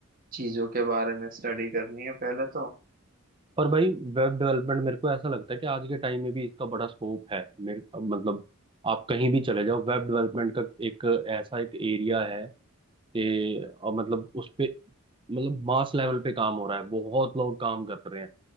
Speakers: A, on the right; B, on the right.
A: चीज़ों के बारे में स्टडी करनी है पहले तो
B: पर भाई वेब डेवलपमेंट मेरे को ऐसा लगता है कि आज के टाइम में भी इसका बड़ा स्कोप है मेरे मतलब आप कहीं भी चले जाओ वेब डेवलपमेंट का एक ऐसा एक एरिया है कि अ, मतलब उस पे मतलब मास लेवल पे काम हो रहा है बहुत लोग काम कर रहे हैं